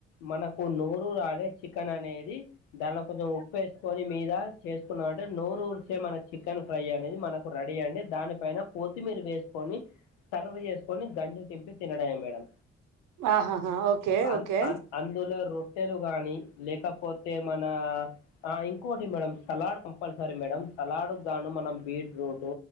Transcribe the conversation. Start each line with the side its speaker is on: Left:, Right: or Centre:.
Left: మనకు నోరు రాడే చికెన్ అనేది దానిలో కొంచెం ఉప్పేసుకొని మీద చేసుకున్నాం అంటే నోరు ఊరిసే మన చికెన్ ఫ్రై అనేది మనకు ఇప్పుడు రెడీ అండి దానిపైన కొత్తిమీర వేసుకోండి నిసర్వ్ చేసుకొని గంజు తింపి తినడమే మేడం
Right: ఆహాహా ఓకే
Left: అం
Right: ఓకే
Left: అం అందులో రొట్టెలు కానీ లేకపోతే మన ఆ ఇంకోటి madam salad compulsory madam salad గాను మనం బీట్రూట్